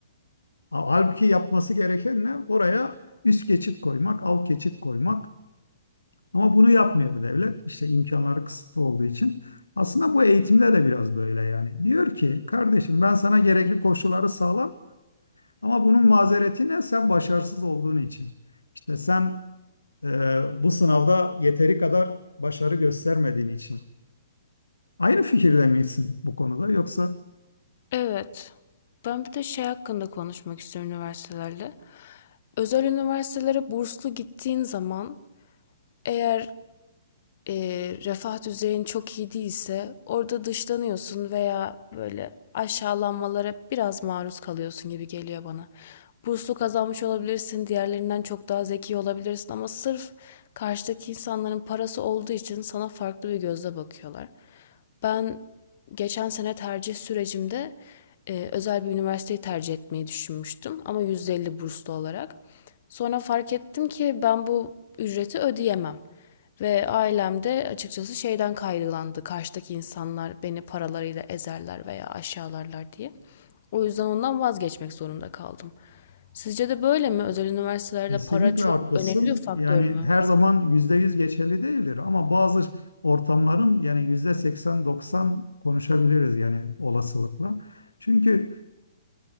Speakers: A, on the left; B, on the left.
A: Ha- Halbuki yapması gereken ne? Oraya üst geçit koymak, alt geçit koymak. Ama bunu yapmıyor devlet. İşte imkanları kısıtlı olduğu için. Aslında bu eğitimde de biraz böyle yani. Diyor ki kardeşim ben sana gerekli koşulları sağlam ama bunun mazereti ne? Sen başarısız olduğun için. İşte sen e, bu sınavda yeteri kadar başarı göstermediğin için. Aynı fikirde misin bu konuda yoksa?
B: Evet. Ben bir de şey hakkında konuşmak istiyorum üniversitelerle. Özel üniversitelere burslu gittiğin zaman eğer e, refah düzeyin çok iyi değilse orada dışlanıyorsun veya böyle aşağılanmalara biraz maruz kalıyorsun gibi geliyor bana. Burslu kazanmış olabilirsin, diğerlerinden çok daha zeki olabilirsin ama sırf karşıdaki insanların parası olduğu için sana farklı bir gözle bakıyorlar. Ben geçen sene tercih sürecimde e, özel bir üniversiteyi tercih etmeyi düşünmüştüm ama %50 burslu olarak. Sonra fark ettim ki ben bu ücreti ödeyemem. Ve ailem de açıkçası şeyden kaygılandı. Karşıdaki insanlar beni paralarıyla ezerler veya aşağılarlar diye. O yüzden ondan vazgeçmek zorunda kaldım. Sizce de böyle mi? Özel üniversitelerde
A: Kesinlikle
B: para çok
A: haklısın.
B: önemli bir faktör
A: Yani
B: mü?
A: her zaman yüzde yüz geçerli değildir ama bazı ortamların yani yüzde seksen doksan konuşabiliriz yani olasılıkla. Çünkü